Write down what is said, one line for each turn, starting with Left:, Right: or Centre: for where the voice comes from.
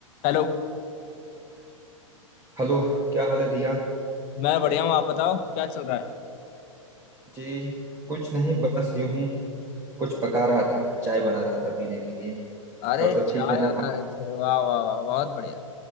Left: Hello
Right: Hello क्या हाल है भैया
Left: मैं बढ़िया हूँ आप बताओ क्या चल रहा है
Right: जी कुछ नहीं बस यूं ही कुछ पका रहा था चाय बना रहा था पीने के लिए
Left: अरे
Right: और सब
Left: चाय
Right: ठीक है ना
Left: बना
Right: हाँ
Left: रहे थे वाह वाह वाह बहुत बढ़िया